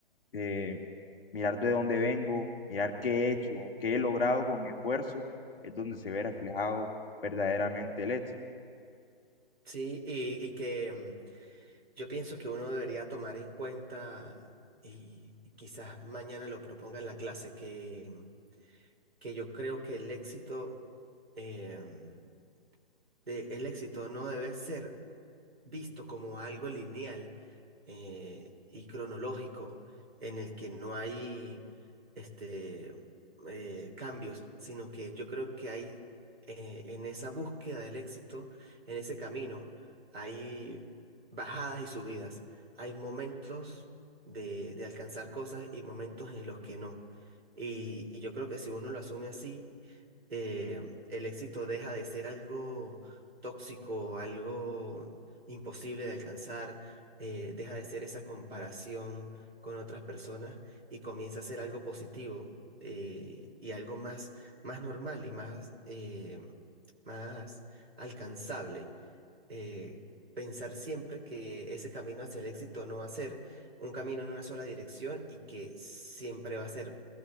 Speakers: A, on the left; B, on the right.
A: eh, mirar de dónde vengo, mirar qué he hecho, qué he logrado con mi esfuerzo, es donde se ve reflejado verdaderamente el éxito.
B: sí, y, y que mm, yo pienso que uno debería tomar en cuenta y y quizás mañana lo proponga en la clase que, mm, que yo creo que el éxito, em, de, el éxito no debe ser visto como algo lineal eh, y cronológico en el que no hay este, eh, cambios, sino que yo creo que hay eh, en esa búsqueda del éxito, en ese camino, hay bajadas y subidas, hay momentos de, de alcanzar cosas y momentos en los que no. Y, y yo creo que si uno lo asume así, eh, el éxito deja de ser algo tóxico, algo imposible de alcanzar, eh, deja de ser esa comparación con otras personas y comienza a ser algo positivo eh, y algo más, más normal y más, eh, más alcanzable. Eh, pensar siempre que ese camino hacia el éxito no va a ser un camino en una sola dirección y que siempre va a ser